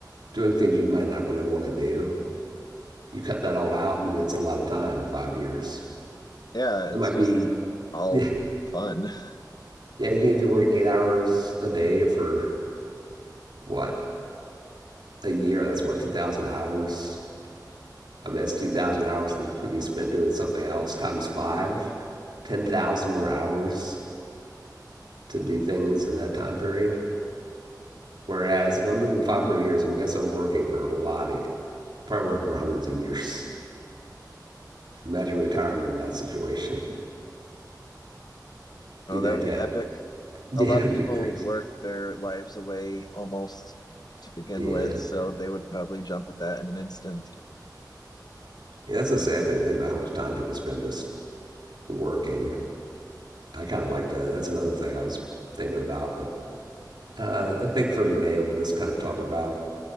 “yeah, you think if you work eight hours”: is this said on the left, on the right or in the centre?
Right